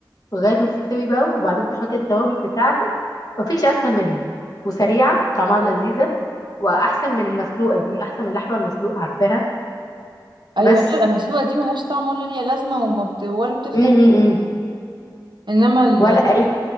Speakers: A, on the left; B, on the right.
A: لغاية ما تستوي بقى وبعدين تحط التوابل بتاعتك مفيش أسهل منها وسريعة طعمها لذيذة وأحسن من المسلوقة دي أحسن من اللحمة المسلوقة عارفاها
B: ايوه
A: بس
B: لا المسلوقة دي ملهاش طعم ولا ليها لازمة وما بت... ولا بتفتح
A: م -م -م.
B: انما ال
A: ولا أي